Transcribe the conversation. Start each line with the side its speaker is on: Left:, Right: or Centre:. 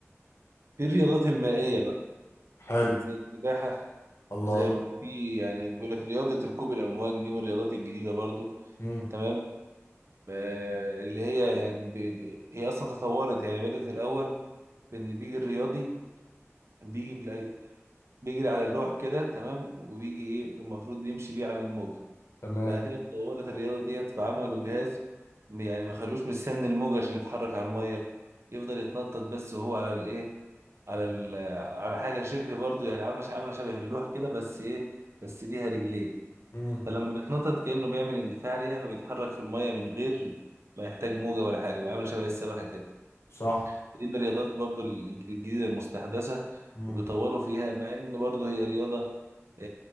Right: في الرياضات المائية بقى
Left: حلو
Right: زي السباحة
Left: الله
Right: زي في يعني بيقول لك رياضة ركوب الأمواج دي من الرياضات الجديدة برضو
Left: امم
Right: تمام آه، اللي هي يعني ب... ب... هي أصلا تطورت يعني بدأت الأول بإن بيجي الرياضي بيجي بلا... بيجري على اللوح كده تمام وبيجي إيه المفروض يمشي بيه على الموج
Left: تمام
Right: بعد كده اتطورت الرياضة ديت فعملوا جهاز م- يعني ما خلوش مستني الموج عشان يتحرك على المية يفضل يتنطط بس وهو على الإيه على ال... على حاجة شبه برضو يعني عاملة عاملة شبه اللوح كده بس إيه بس ليها رجلين
Left: امم
Right: فلما بيتنطط كأنه بيعمل اندفاع ليها فبيتحرك في المية من غير ما يحتاج موجة ولا حاجة بيعمل شبه السمكة كده
Left: صح
Right: دي من الرياضات برضو الجديدة المستحدثة
Left: امم
Right: وبيطوروا فيها مع إن برضو هي رياضة آه،